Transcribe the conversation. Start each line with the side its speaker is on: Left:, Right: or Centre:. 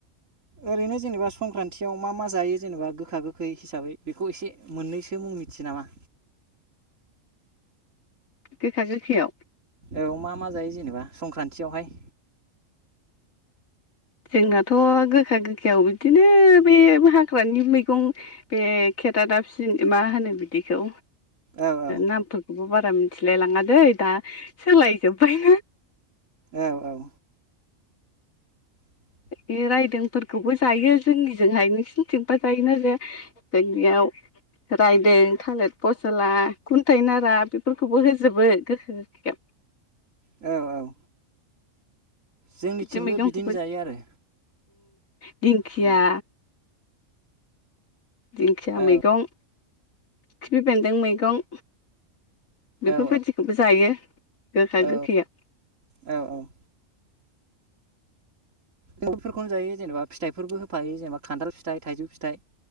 Right: ओरैनो जेनेबा संक्रान्तियाव मा मा जायो जेनेबा गोखा गोखै हिसाबै बेखौ एसे मोननैसो मुं मिथियो नामा?
Left: गोखा गोखैयाव
Right: औ मा मा जायो जेनेबा संक्रान्तियावहाय।
Left: जोंनाथ' गोखा गोखायाव बिदिनो बे हाग्रानि मैगं बे खेरा दाफिनि मा होनो बिदिखौ
Right: औ औ
Left: नामफोरखौबो बारा बारा मिथिलाय लाङ दै दा सोलायजोब्बाय।
Right: औ औ। <inaudible>
Left: बे रायदोंफोरखौबो जायो। जोंनिजोंहाय नोंसिोरनिथिंबा जायोना जे जोंनियाव रायदों थालिर फसला खुन्थायाइ नारा बेफोरखौबो होजोबो गोखा गोखैयाव।
Right: औ औ जोंनिथिंबो
Left: बिदि मैगंखौबो
Right: बिदिनो जायो आरो
Left: दिंखिया
Right: औ
Left: दिंखिया
Right: औ
Left: मैगं खिफि बेन्दों मैगं बेफोरबायदिखौबो
Right: औ
Left: जायो गोखा
Right: औ
Left: गोखैयाव
Right: औ औ जों बेफोरखौनो जायो जेनेबा फिथाइफोरबो होफायो जेनेबा खान्दाल फिथाइ थाइजौ फिथाइ